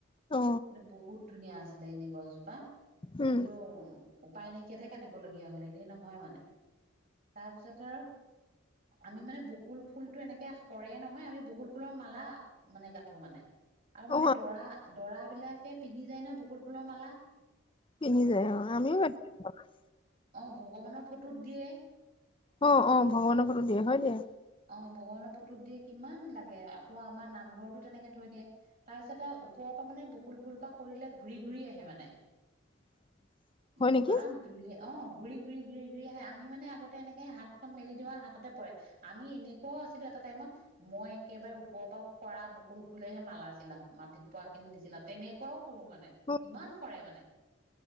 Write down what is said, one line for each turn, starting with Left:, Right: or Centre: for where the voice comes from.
Left: আকৌ ন অ
Right: কিন্তু বহুত ধুনীয়া আছিলে এনেই গছজোপা
Left: উম
Right: কিন্তু- উপায় নাইকিয়াতহে কাটিবলগীয়া হ'ল এনেই নহয় মানে। তাৰপিছত আৰু- আমি মানে বকুল ফুলটো এনেকে সৰে নহয়, আমি বকুল ফুলৰ মালা মানে গাথো মানে। আৰু মানে
Left: অ
Right: দৰা- দৰা বিলাকে পিন্ধি যায় ন বকুল ফুলৰ মালা।
Left: পিনি যায় অ আমিও <unintelligible>
Right: অ ভগৱানৰ ফটোত দিয়ে।
Left: অ অ ভগৱানৰ ফটোত দিয়ে হয় যে।
Right: অ ভগৱানৰ ফটোত দিয়ে কিমান লাগে আকৌ আমাৰ নামঘৰতো তেনেকে থৈ দিয়ে, তাৰ পিছত এ ওপৰত- পৰা মানে বুকুল ফুলপা সৰিলে ঘূৰি ঘূৰি আহে মানে।
Left: <unintelligible> হয়
Right: ইপান
Left: নেকি
Right: ৰুলে অহ। ঘূৰি ঘূৰি ঘূৰি ঘূৰি আহে, আমি মানে আগতে এনেকে হাতখন মেলি দিও হাততে পৰে। আমি এনেকুৱাও আছিলো এটা টাইমত, মই একেবাৰে ওপৰৰ পৰা সৰা বকুল ফুলেহে মালা ছিলাম। মাটিত পৰাখিনি নিচিলাও, তেনেকুৱাও কৰো মানে,
Left: অ
Right: ইমান সৰে মানে।